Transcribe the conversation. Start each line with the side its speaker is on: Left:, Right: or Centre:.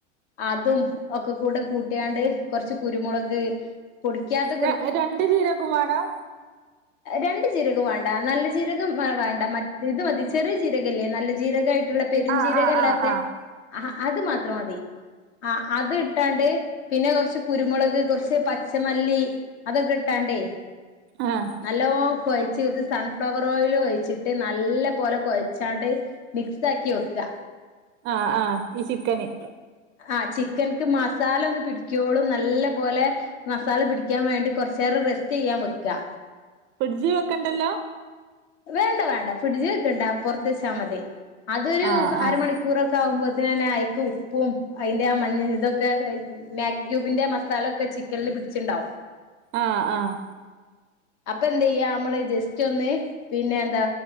Left: അതും ഒക്കെ കൂടെ കൂട്ട്യാണ്ട് കൊർച്ച് കുരുമുളക് പൊടിക്ക്യാത്ത
Right: ര രണ്ട് ചീരകും വാണം
Left: രണ്ട് ജീരകോം വാണ്ട നല്ല ജീരകം വാണ്ട ത് മതി ചെറിയ ജീരകല്ലേ നല്ല ജീരകായിട്ട്ള്ളെ പെരുഞ്ചീരകല്ലാത്തെ
Right: ആഹ് ആഹ് ആഹ്
Left: ആഹ് അത് മാത്രം മതി ആഹ് അത് ഇട്ടാണ്ട് പിന്നെ കൊർച്ച് കുരുമുളക് കൊർച്ച് പച്ചമല്ലി അതൊക്കെ ഇട്ടാണ്ടേയ്
Right: ആഹ്
Left: നല്ലോം കൊഴച്ച് അയ്ക്ക് സൺഫ്ലവർ ഓയില് ഒയിച്ചിട്ട് നല്ല പോലെ കൊയ്ച്ചാണ്ട് മിക്സാക്കി വെക്കാ
Right: ആഹ് ആഹ് ഈ ചിക്കന്
Left: ആഹ് ചിക്കൻക്ക് മസാലൊന്ന് പിടിക്കോളം നല്ല പോലെ മസാല പിടിക്കാൻ വേണ്ടി കൊർച്ചേരം റെസ്റ്റെയ്യാം വെക്ക
Right: ഫ്രിഡ്ജ് വെക്കണ്ടല്ലോ
Left: വേണ്ട വേണ്ട ഫ്രിഡ്ജ് വെക്കണ്ട പോറത്ത് വെച്ചാ മതി അതൊരു
Right: ആഹ്
Left: അരമണിക്കൂ
Right: ആഹ്
Left: കൂറൊക്കെ ആകുമ്പോത്തിനെ ഐക്ക് ഉപ്പും ഐന്റെ ആ മഞ്ഞ തൊക്കെ മാഗി ക്യൂബിന്റെ മസാലൊക്കെ ചിക്കൻല് പിടിച്ച്ണ്ടാവും
Right: ആഹ് ആഹ്
Left: അപ്പഎന്ത് ചെയ്യാ നമ്മള് ജസ്റ്റൊന്ന് പിന്നെ എന്താ